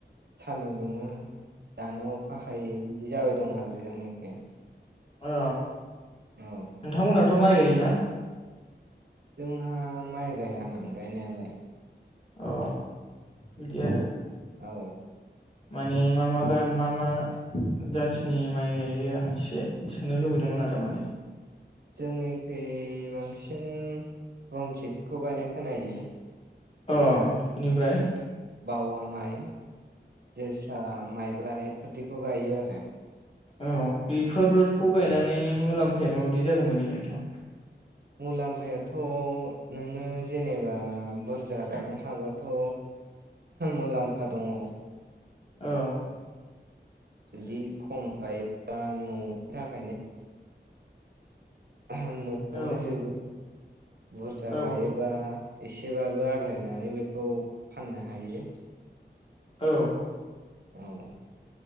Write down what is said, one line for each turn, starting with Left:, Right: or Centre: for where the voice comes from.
Right: सानदुं दुङो दानो अखा हायो बिदि जाबाय दं आरो जोंनिखै।
Left: अ
Right: औ
Left: नोंथां मोनाथ माइ गायोना?
Right: जोंहा माइ गायामोन गायनायालाय।
Left: अ बिदि आरो।
Right: औ।
Left: माने मा मा मा मा जाथिनि माय गायो आं एसे सोंनो लुबैदोंमोन आरो माने।
Right: जोंनिखै बांसिन रनजितखौ गायनाय खोनायो।
Left: अ इनिफ्राय।
Right: बावया माय जोसा माय ब्रा इफोरदिखौ गायो आरो।
Left: औ बेफोरखौ गायनानै मुलाम्फाया मा बायदि जागोन बादि नोंथां?
Right: मुलाम्फायाथ नोङो जेनेबा बुरजा गायनो हाबाथ मुलाम्फा दङ।
Left: औ
Right: जुदि खम गायोब्ला ननि थाखायनो। नयावनो
Left: औ
Right: जोबो। बुरजा
Left: औ
Right: गायोबा एसेबाब बो आग्लायनानै बेखौ फाननो हायो।
Left: औ
Right: औ